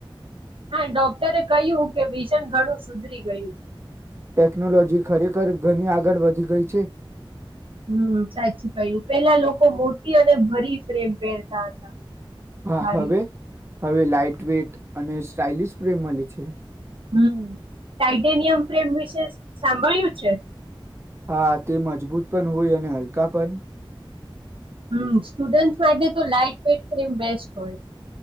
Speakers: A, on the right; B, on the right.
A: હા, ડોક્ટરે કહ્યું, કે વિઝન ઘણું સુધરી ગયું.
B: ટેકનોલોજી ખરેખર, ઘણી આગળ વધી ગઈ છે.
A: હમ, સાચું કહ્યું, પેલા લોકો મોટી અને ભરી ફ્રેમ પહેરતા હતા.
B: હા
A: ભારી
B: હવે. હવે લાાઈટ વેટ, અને સ્ટાઇલિશ ફ્રેમ મળે છે.
A: હમ, ટાઈટેનિયમ ફ્રેમ, વિશે સાંભળ્યું છે?
B: હા, તે મજબૂત પણ હોય, અને હલકા પણ.
A: હમ, સ્ટુડન્ટસ માટે તો લાઈટ વેઇટ ફ્રીમ બેસ્ટ, હોય.